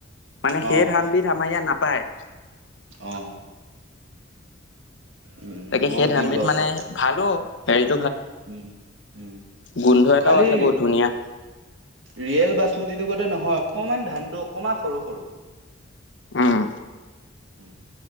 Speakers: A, on the left (about 65°); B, on the right (about 80°).
A: মানে
B: অ
A: সেই ধানবিধ
B: অ
A: আমাৰ ইয়াত নাপ পায়।
B: অ', উম
A: তাকে
B: মই
A: সেই ধানবিধ
B: দিম বাৰু
A: মানে
B: খবৰটো
A: ভালো সেইত
B: উম উম
A: গোন্ধ এটাও
B: খালি
A: আছে বহুত ধুনীয়া
B: ৰিয়েল বাছ <unintelligible> মতিটোগতে নহয় অকমান ধানটো অকমান সৰু সৰু
A: উম
B: উম